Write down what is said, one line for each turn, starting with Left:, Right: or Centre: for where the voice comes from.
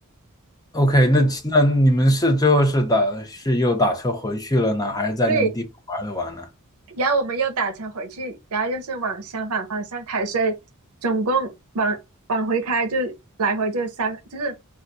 Left: ？OK，那那你们是最后是打是又打车回去了呢，还是在那个地方玩了玩呢？
Right: 对。然后我们又打车回去，然后又是往相反方向开，所以总共往往回开就来回就三，就是